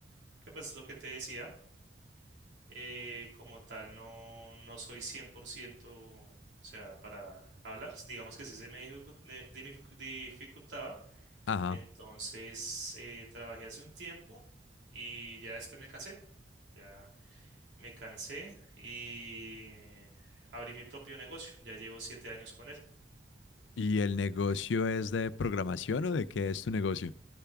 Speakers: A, on the right; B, on the left.
A: que pues es lo que te decía. eh, como tal, no, no soy cien por ciento o sea, para hablar. Digamos que sí se me dificu- de- de- me dificu- dificultaba.
B: ajá.
A: Entonces, eh, trabajé hace un tiempo y ya después me cansé. Ya me cansé y abrí mi propio negocio. Ya llevo siete años con él.
B: ¿Y el negocio es de programación o de qué es tu negocio?